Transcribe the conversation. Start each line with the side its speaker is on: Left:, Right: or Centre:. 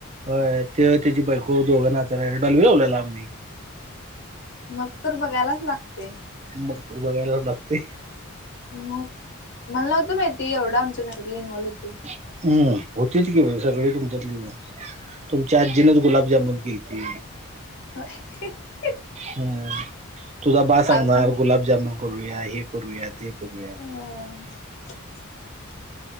Right: होय तो त्याची बायको दोघं नाचा लागलेली डॉल्बी लावलेला आम्ही.
Left: मग तर बघायलाच लागते.
Right: मग तर <unintelligible>
Left: मग मला नव्हतं माहिती एवढं आमच्या घरातली इन्व्होल होती.
Right: हम्म्म होतीत की सगळी तुमच्यातली. तुमच्या आजीनच गुलाबजामून केलती.
Left: <unintelligible>
Right: हम् तुझा बा सांगणार
Left: आम्ही
Right: गुलाबजामुन करूया हे करूया ते करूया
Left: अ <inaudible>